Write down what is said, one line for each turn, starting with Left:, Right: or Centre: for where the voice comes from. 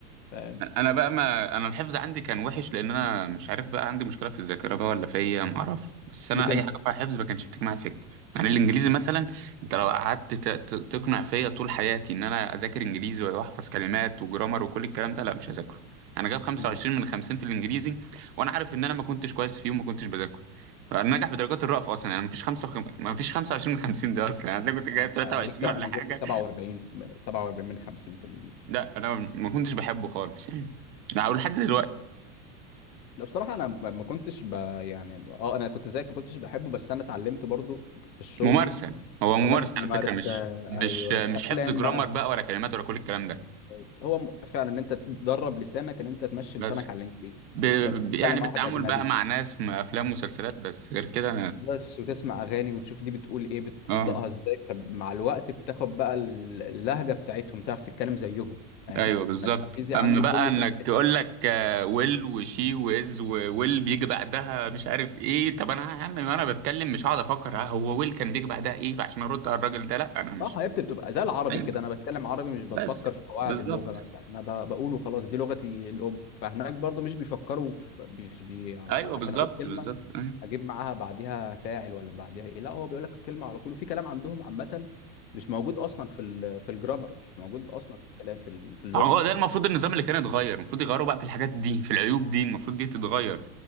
Left: فاهم
Right: انا بقى ما انا الحفظ عندي كان وحش لان انا مش عارف بقى عندي مشكله في الذاكره بقى ولا فيا ما اعرفش بس انا
Left: بتنسى
Right: اي حاجه بقى حفظ ما كانش بتيجي معايا سكه يعني الانجليزي مثلا انت لو قعدت ت- ت- تقنع فيا طول حياتي ان انا اذاكر انجليزي واحفظ كلمات وجرامر وكل الكلام ده لا مش هذاكره انا جايب 25
Left: امم
Right: من 50 في الانجليزي وانا عارف ان انا ما كنتش كويس فيه وما كنتش بذاكره انا ناجح بدرجات الرأف اصلا يعني ما فيش 5 ما فيش 25 من 50 ده اصلا يعني انا كنت جايب
Left: انا مش
Right: 23
Left: عارف. انا جبت انا
Right: ولا حاجه
Left: جبت 47 47 من 50 في الانجليزي
Right: لا انا ما كنتش بحبه خالص يعني لا، ولحد دلوقتي
Left: ده بصراحه انا ما ما كنتش ب... يعني اه انا كنت زيك ما كنتش بحبه بس انا اتعلمت برضو في الشغل
Right: ممارسة هو ممارسة
Left: اشتغلت ممارسه
Right: على فكرة مش مش
Left: ايوه
Right: مش
Left: في افلام
Right: حفظ جرامر
Left: بقى
Right: بقى ولا كلمات ولا كل الكلام ده
Left: بس هو م- فعلا ان انت تدرب لسانك ان انت تمشي
Right: بس
Left: لسانك على الانجليزي
Right: ب...
Left: بس تتكلم
Right: ب- يعني
Left: مع
Right: بالتعامل
Left: واحد اجنبي
Right: بقى مع ناس مع أفلام ومسلسلات بس غير كده
Left: بس وتسمع اغاني وتشوف دي بتقول ايه بتنطقها
Right: اه
Left: ازاي فمع الوقت بتاخد بقى اللهجه بتاعتهم تعرف تتكلم زيهم فاهم
Right: ايوه بالظبط
Left: فالانجليزي
Right: اما
Left: عندي
Right: بقى
Left: كله
Right: انك
Left: كان
Right: يقول لك آه، ويل وشي وإز وويل بيجي بعدها مش عارف ايه طب انا يا عم انا بتكلم مش هقعد افكر ها هو ويل كان بيجي بعدها ايه عشان ارد على الراجل ده لا انا مش
Left: صح حبيبتي بتبقى زي العربي
Right: ايوه
Left: كده انا بتكلم عربي مش بتفكر
Right: بس
Left: في قواعد
Right: بالظبط
Left: اللغه مثلا انا ب- بقول وخلاص دي لغتي الام فهناك برضو مش بيفكروا في مش بي عشان
Right: ايوه بالظبط
Left: اقول كلمه
Right: بالظبط أيوة.
Left: اجيب معاها بعديها فاعل ولا بعديها ايه لا هو بيقول لك الكلمه على طول في كلام عندهم عامه مش موجود اصلا في ال... في الجرامر مش موجود اصلا في الكلام في ال... في اللغه
Right: هو ده المفروض
Left: يعني
Right: النظام اللي كان يتغير المفروض يغيروا بقى في الحاجات دي في العيوب دي المفروض دي تتغير